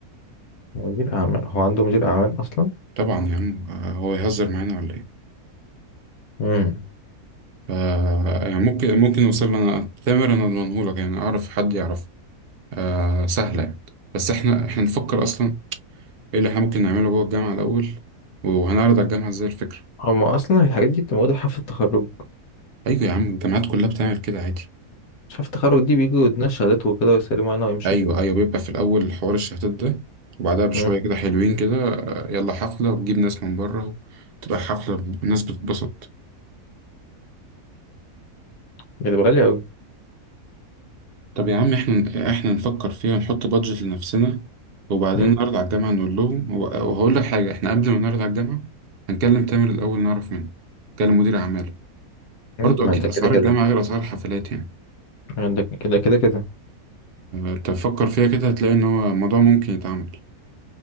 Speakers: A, on the left; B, on the right.
A: مدير أعمال هو عنده مدير أعمال أصلا
B: طبعا يا عم آه، هو يهزر معانا ولا ايه
A: امم
B: ف يعني ممكن ممكن يوصل لنا تامر انا اضمنهولك يعني اعرف حد يعرف آه سهله يعني بس احنا احنا نفكر اصلا ايه اللي احنا ممكن نعمله جوه الجامعه الاول وهنعرض على الجامعه ازاي الفكره
A: هما أصلا الحاجات دي بتبقى موجودة في حفلة التخرج
B: ايوه يا عم الجامعات كلها بتعمل كده عادي
A: مش حفلة التخرج دي بيجوا يدونا شهادات وكده ويسلموا علينا ويمشوا
B: ايوه ايوه بيبقى في الاول حوار الشهادات ده وبعدها بشويه
A: امم
B: كده حلوين كده آه، يلا حفله وتجيب ناس من بره تبقى حفله الناس بتتبسط
A: بتبقى غالية أوي
B: طب يا عم احنا احنا نفكر فيها نحط بادجت لنفسنا وبعدين
A: امم
B: نعرض على الجامعه نقول لهم هو- وهقول لك حاجه احنا قبل ما نعرض على الجامعه هنكلم تامر الاول نعرف منه نكلم مدير اعماله برضو
A: ما
B: اكيد
A: ده
B: اسعار
A: كده كده
B: الجامعه غير اسعار الحفلات يعني
A: ده كده كده كده
B: فتفكر فيها كده هتلاقي ان هو الموضوع ممكن يتعمل